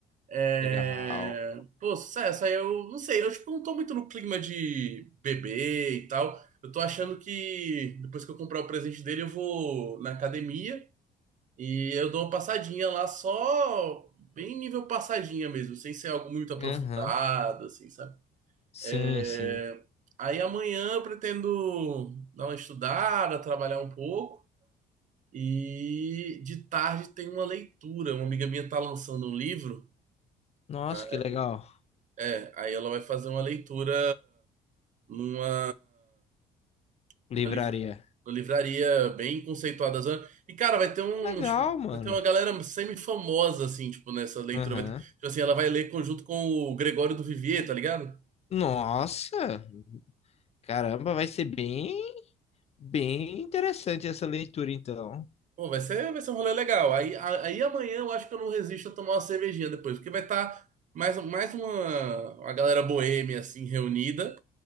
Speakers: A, on the right; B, on the left.
A: É...
B: Legal.
A: Pô, sucesso. Aí eu não sei, eu tipo, não tô muito no clima de beber e tal. Eu tô achando que depois que eu comprar o presente dele, eu vou na academia. E eu dou uma passadinha lá só bem nível passadinha mesmo, sem ser algo muito aprofundado,
B: Aham.
A: assim, sabe?
B: Sim,
A: É,
B: sim.
A: Aí amanhã eu pretendo dar uma estudada, trabalhar um pouco. E de tarde tem uma leitura. Uma amiga minha tá lançando um livro.
B: Nossa, que
A: Aí...
B: legal.
A: É, aí ela vai fazer uma leitura numa Uma,
B: Livraria.
A: liv- uma livraria bem conceituada. zona. E, cara, vai ter uns.
B: É Legal, mano.
A: Vai ter uma galera semi-famosa, assim, tipo, nessa leitura.
B: Aham.
A: Vai ter- tipo assim, ela vai ler conjunto com o Gregório do Vivier, tá ligado?
B: Nossa. Caramba, vai ser bem, bem interessante essa leitura, então.
A: Pô, vai ser, vai ser um rolê legal. Aí, a- aí amanhã eu acho que eu não resisto a tomar uma cervejinha depois, porque vai estar mais, mais uma, uma galera boêmia, assim, reunida.